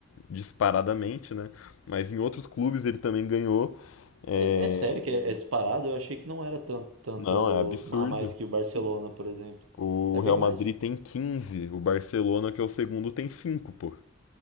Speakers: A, on the left; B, on the right.
A: disparadamente, né, mas em outros clubes ele também ganhou. É,
B: É, é sério que é, é disparado? Eu achei que não era tanto, tanto
A: não, é absurdo.
B: a mais que o Barcelona, por exemplo.
A: O
B: É bem
A: Real
B: mais?
A: Madrid tem 15, o Barcelona, que é o segundo, tem 5, pô.